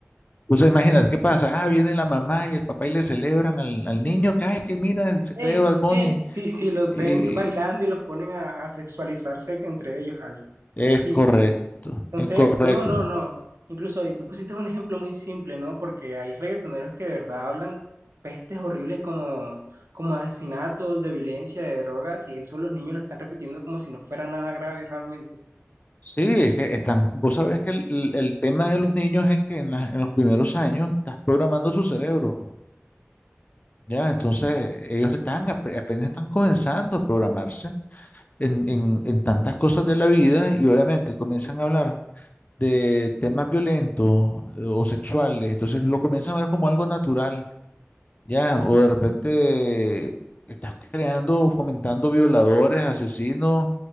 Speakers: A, on the left; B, on the right.
A: O sea, imagínate, ¿qué pasa? Ah, viene la mamá y el papá y le celebran al, al niño, que ay, que mira, se
B: Eh,
A: cree Bad Bunny.
B: eh, sí, sí, los
A: Y
B: ven bailando y los ponen a, a sexualizarse entre ellos ahí.
A: es
B: Sí,
A: correcto,
B: sí. Entonces,
A: es correcto.
B: no, no, no. Incluso y tú pusiste un ejemplo muy simple, ¿no? Porque hay reggaetoneros que de verdad hablan pestes horribles como, como de asesinatos, de violencia, de drogas, y eso los niños lo están repitiendo como si no fuera nada grave realmente.
A: Sí, es que están, vos sabés que el, el- el tema de los niños es que en, la- en los primeros años estás programando su cerebro, ¿ya? Entonces, ellos están, ap- apenas están comenzando a programarse en, en, en tantas cosas de la vida y obviamente comienzan a hablar de temas violentos eh, o sexuales, entonces lo comienzan a ver como algo natural. Ya, o de repente estás creando, fomentando violadores, asesinos,